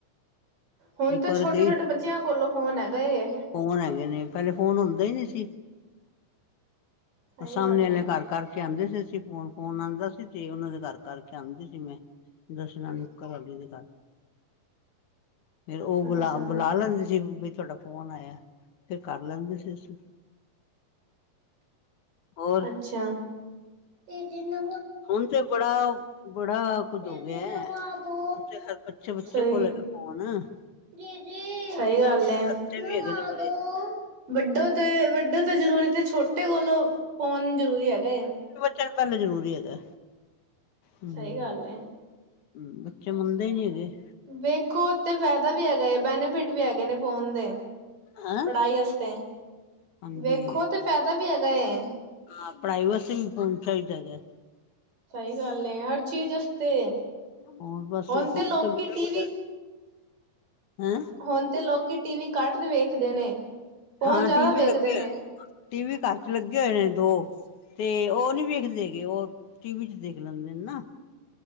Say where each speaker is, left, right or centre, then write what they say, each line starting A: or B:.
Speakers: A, on the right (about 75°); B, on the left (about 65°).
A: ਹੁਣ
B: ਇੱਕ
A: ਤਾਂ
B: ਵਾਰ
A: ਛੋਟੇ
B: ਗਈ
A: ਛੋਟੇ ਬੱਚਿਆਂ ਕੋਲੋਂ ਫੋਨ ਹੈਗਾ ਏ
B: ਫੋਨ ਹੈਗੇ ਨੇ ਪਹਿਲੇ ਫੋਨ ਹੁੰਦਾ ਹੀ ਨਹੀਂ ਸੀ
A: ਸਹੀ
B: ਸਾਹਮਣੇ
A: ਗੱਲ
B: ਵਾਲਿਆਂ
A: ਹੈ
B: ਘਰ ਕਰਕੇ ਆਉਂਦੇ ਸੀ ਅਸੀ ਫੋਨ ਫੋਨ ਆਉਂਦਾ ਸੀ ਤੇ ਉਹਨਾਂ ਦੇ ਘਰ ਕਰਕੇ ਆਉਂਦੀ ਸੀ ਮੈਂ ਦੱਸਣਾ ਮੁਕਤਾ ਭਾਬੀ ਦੇ ਘਰ ਫੇਰ ਉਹ ਬੁਲਾ
A: ਅੱਛਾ
B: ਬੁਲਾ ਲੈਂਦੇ ਸੀ ਬਈ ਤੁਹਾਡਾ ਫੋਨ ਆਇਆ ਫੇਰ ਕਰ ਲੈਂਦੇ ਸੀ ਅਸੀਂ ਹੋਰ
A: ਅੱਛਾ ਤੇ ਜਿਨੂੰ
B: ਹੁਣ ਤੇੇ ਬੜਾ ਬੜਾ ਕੁਝ
A: ਦੀਦੀ
B: ਹੋ ਗਿਆ
A: ਨਵਾ
B: ਹੈ ਹੁਣ
A: ਦੋ।
B: ਤੇ ਹਰ ਬੱਚੇ ਬੱਚੇ
A: ਸਹੀ,
B: ਕੋਲ ਹੈਗਾ ਫੋਨ
A: ਦੀਦੀ ਸਹੀ ਗੱਲ ਏ
B: ਖਰਚੇ
A: ਨਵਾ
B: ਵੀ ਹੈਗੇ ਨੇ ਬੜੇ
A: ਦੋ ਵੱਡੋ ਤੇ ਵੱਡੋ ਤਾਂ ਜ਼ਰੂਰੀ ਤੇ ਛੋਟੇ ਕੋਲੋਂ ਫੋਨ ਜ਼ਰੂਰੀ ਹੈਗਾ
B: ਚਲ ਪਹਿਲੇ ਜ਼ਰੂਰੀ ਹੈਗਾ ਹਮ
A: ਸਹੀ ਗੱਲ ਏ।
B: ਹਮ ਬੱਚੇ ਮਨਦੇ ਨੀ ਹੈਗੇ
A: ਵੇਖੋ ਤੇ ਫਾਇਦਾ ਵੀ ਹੈਗਾ ਹੈ ਏ ਬੈਨੀਫਿਟ ਵੀ ਹੈਗੇ ਨੇ ਫੋਨ ਦੇ
B: ਹੈਂ
A: ਪੜ੍ਹਾਈ ਵਾਸਤੇ
B: ਹਾਂਜੀ
A: ਵੇਖੋ ਤੇ ਫਾਇਦਾ ਵੀ ਹੈਗਾ ਏ
B: ਹਾਂ ਪੜਾਈ ਵਾਸਤੇ ਵੀ ਫੋਨ ਚਾਹੀਦਾ ਏ
A: ਸਹੀ ਗੱਲ ਏ ਹਰ ਚੀਜ਼ ਆਸਤੇ
B: ਹੋਰ ਬਸ
A: ਹੁਣ
B: ਫੋਨ
A: ਤੇ ਲੋਕੀ
B: ਤੋਂ ਬਿਨਾਂ
A: ਟੀ
B: ਕੁਝ
A: ਵੀ
B: ਹੈਂ
A: ਹੁਣ ਤੇ ਲੋਕੀ ਟੀ ਵੀ ਘੱਟ ਵੇਖਦੇ ਨੇ ਫੋਨ
B: ਹਾਂ
A: ਜ਼ਿਆਦਾ
B: ਟੀ ਵੀ
A: ਵੇਖਦੇ
B: ਲੱਗੇ
A: ਨੇ
B: ਟੀ ਵੀ ਘਰ ਚ ਲੱਗੇ ਹੋਏ ਨੇ ਦੋ ਤੇ ਉਹ ਨੀ ਵੇਖਦੇ ਗ ਉਹ ਟੀ ਵੀ ਚ ਦੇਖ ਲੈਂਦੇ ਨੇ ਨਾ